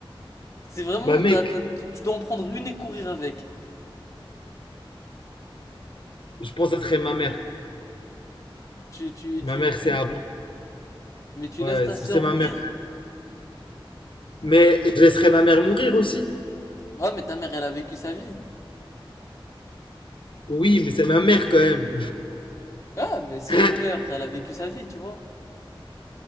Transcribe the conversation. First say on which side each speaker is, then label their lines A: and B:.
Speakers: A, on the left; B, on the left.
A: C'est vraiment,
B: Bah, mec,
A: t'as- t'as- tu dois en prendre une et courir avec.
B: je pense que ça serait ma mère.
A: Tu, tu,
B: Ma
A: tu,
B: mère,
A: tu...
B: c'est avant.
A: Mais tu
B: Ouais,
A: laisses ta
B: c'est
A: sœur
B: c'est ma
A: mourir.
B: mère. Mais je laisserais ma mère mourir aussi.
A: Ouais, mais ta mère, elle a vécu sa vie.
B: Oui, mais c'est ma mère quand même.
A: Ah, mais si
B: <laughs>
A: elle meurt, elle a vécu sa vie, tu vois.